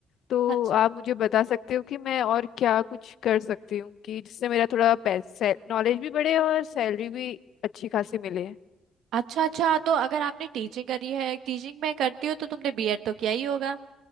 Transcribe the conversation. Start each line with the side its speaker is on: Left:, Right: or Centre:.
Left: तो
Right: अच्छा
Left: आप मुझे बता सकते हो कि मैं और क्या कुछ कर सकती हूँ कि जिससे मेरा थोड़ा पैसे नॉलेज भी बढ़े और सैलरी भी अच्छी खासी मिले
Right: अच्छा अच्छा तो अगर आपने टीचिंग करी है टीचिंग में करती हो तो तुमने बीएड तो किया ही होगा